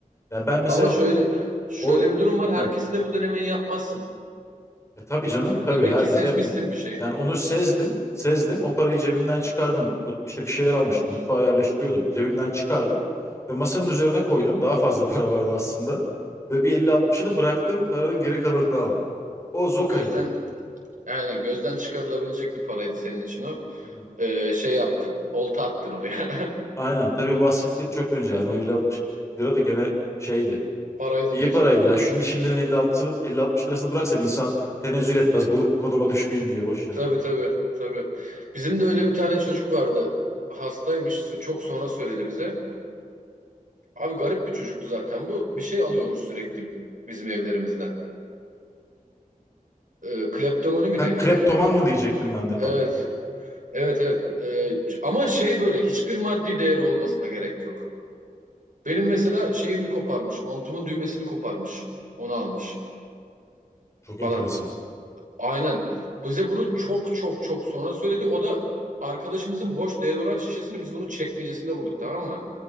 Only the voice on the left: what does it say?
Yani ben mesela
o...
o-
Heh.
E tabii canım tabii
herkese
yapma.
Yani onu sezdim. Sezdim. O parayı cebimden çıkardım. Mut- işte bir şeyler almıştım. Mutfağa yerleştiriyordum. Cebimden çıkardım. Ve masanın üzerine koydum. Daha fazla <laughs> para vardı aslında. Ve bir 50-60'ını bıraktım. Paranın geri kalanını aldım. O Zoka'ydı.
Aynen.
Aynen. Tabii bu bahsettiğim çok önce yani. O 50-60 lira da gene şeydi.
İyi
paraydı
ya. Şimdi, şimdinin 50-60'ını 50-60 lirasını bıraksan insan tenezzül etmez. Bu konuma düşmeyeyim diye boş yere.
Ha
kreptoman mı diyecektim ben de
tam.
Çok enteresan.